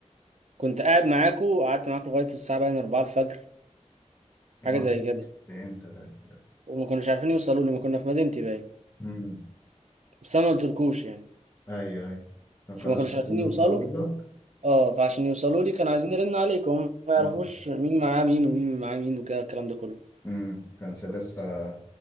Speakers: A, on the right; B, on the left.
A: كنت قاعد معاكو وقعدت معاكو لغاية الساعة باين 4 الفجر حاجة
B: برضه.
A: زي كده
B: ده انت ده
A: وما كانوش عارفين يوصلوا لي ما كنا في مدينتي باين
B: امم
A: بس أنا ما قلتلكوش يعني
B: ايوه ايوه ما كانوش
A: فما كانوش
B: عارفين
A: عارفين
B: يوصلوا
A: يوصلوا
B: لك
A: اه فعشان يوصلوا لي كانوا عايزين يرنوا عليك وهم ما يعرفوش
B: امم
A: مين معاه مين ومين معاه مين وكده الكلام ده كله
B: امم كانش لسه